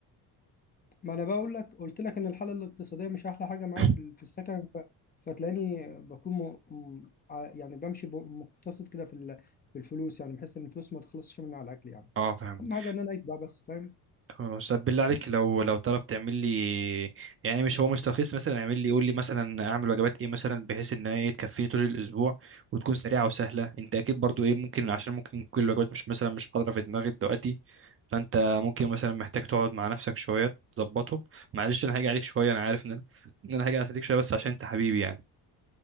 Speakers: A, on the left; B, on the right.
A: ما انا بقول لك قلت لك ان الحاله الاقتصاديه مش احلى حاجه معايا
B: <laughs>
A: في ال- في السكن ف... فتلاقيني بكون م... م... ع- يعني بمشي ب... مقتصد كده في ال... في الفلوس يعني بحس ان الفلوس ما تخلصش مني على الاكل يعني
B: اه فهمت
A: اهم حاجه ان انا اعيش بقى بس فاهم
B: خلاص طب بالله عليك لو لو تعرف تعمل لي يعني مش هو مش تلخيص مثلا اعمل لي قول لي مثلا اعمل وجبات ايه مثلا بحيث ان هي تكفيني طول الاسبوع وتكون سريعه وسهله انت اكيد برضو ايه ممكن عشان ممكن كل الوجبات مش مثلا مش حاضره في دماغك دلوقتي فانت ممكن مثلا محتاج تقعد مع نفسك شويه تظبطهم معلش انا هاجي عليك شويه انا عارف ان انا ان انا هاجي عليك شويه بس عشان انت حبيبي يعني